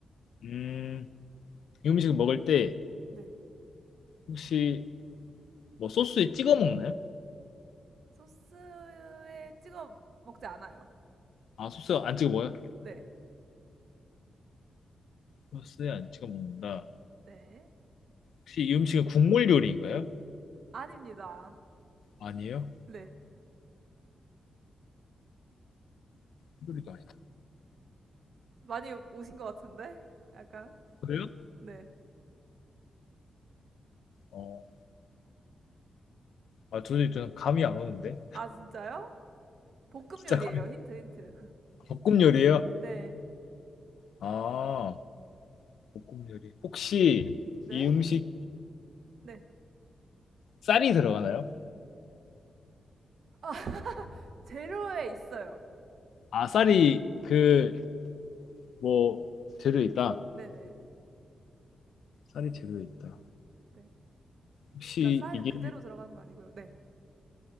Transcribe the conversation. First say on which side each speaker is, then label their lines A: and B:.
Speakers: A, on the left; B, on the right.
A: 음, 이 음식을 먹을 때
B: 네.
A: 혹시 뭐 소스에 찍어 먹나요?
B: 소스에 찍어 먹지 않아요.
A: 아, 소스 안 찍어 먹어요?
B: 네.
A: 소스에 안 찍어 먹는다.
B: 네.
A: 혹시 이 음식은 국물 요리인가요?
B: 아닙니다.
A: 아니에요.
B: 네.
A: 국물 요리도 아니다.
B: 많이 오신 것 같은데? 약간.
A: 그래요?
B: 네.
A: 어, 아, 도저히 저는 감이 안 오는데.
B: 아, 진짜요? 볶음
A: 진짜
B: 요리예요.
A: 감이
B: 힌트, 힌트.
A: 볶음 요리예요?
B: 네.
A: 아, 볶음 요리. 혹시
B: 네.
A: 이 음식이
B: 네.
A: 쌀이 들어가나요?
B: 아, 재료에 있어요.
A: 아, 쌀이 그 뭐 재료에 있다.
B: 네네.
A: 쌀이 재료에 있다.
B: 네.
A: 혹시
B: 그러니까 쌀
A: 이게
B: 그대로 들어가는 거 아니고요. 네.